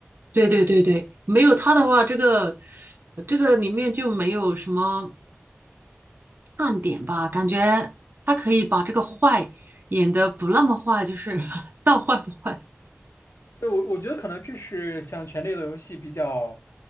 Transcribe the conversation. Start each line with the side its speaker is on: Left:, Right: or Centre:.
Right: 对对对对，没有他的话，这个这个里面就没有什么看点吧，感觉他可以把这个坏演得不那么坏，就是 <laughs> 到坏不坏，
Left: 对，我我觉得可能这是像《权力的游戏》比较